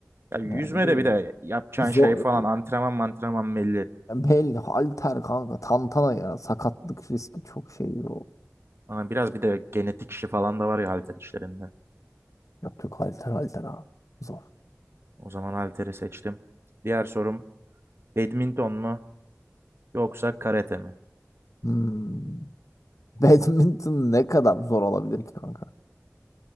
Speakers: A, on the right; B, on the left.
A: Ya yüzmede
B: Yani bilmiyorum.
A: bir de yapacağın
B: Zor.
A: şey falan antrenman antrenman belli.
B: Belli. Halter kanka. Tantana ya. Sakatlık riski çok şey o.
A: Ama biraz bir de genetik işi falan da var ya halter işlerinde.
B: Yok yok halter halter abi. Zor.
A: O zaman halteri seçtim. Diğer sorum badminton mu yoksa karate mi?
B: Hmm. Badminton ne kadar zor olabilir ki kanka?